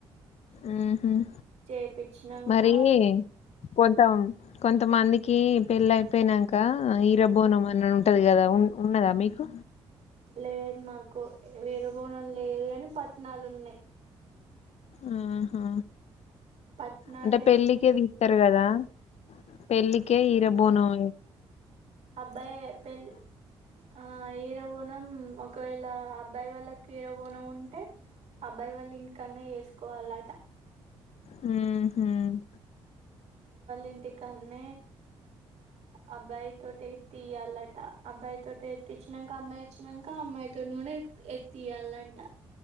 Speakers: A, on the left (about 60°); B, on the right (about 65°).
A: హ్మ్మ్
B: చేపిచ్చినంక
A: మరి కొంతం కొంత కొంతమందికి పెళ్ళి అయిపోయినాక హీరబోనం అని ఉంటుంది కదా ఉ ఉన్నదా మీకు
B: లేదు మాకు విరబోనం లేదు అని పట్నాలు ఉన్నాయి
A: ఉహు
B: పట్నాలకి
A: అంటే పెళ్ళికిదిి ఇస్తారు కదా వివి పెళ్ళికే ఎరబోనం
B: అబ్బా పెళ్ళి ఆ ఇరబోనం ఒకవేళ అబ్బాయి వాళ్ళ కీర బోనం ఉంటే అబ్బాయి వాళ్ళ ఇంటికన్నె వేసుకోవాలట
A: హ్మ్మ్ హ్మ్మ్
B: ఇంటికన్న అబ్బాయి తోటి ఎ తీయాలట అబ్బాయి తోటి ఎత్చ్చినాక అమ్మాయి ఇచ్చినాక అమ్మాయి తోటి కూడా ఎతియాలంట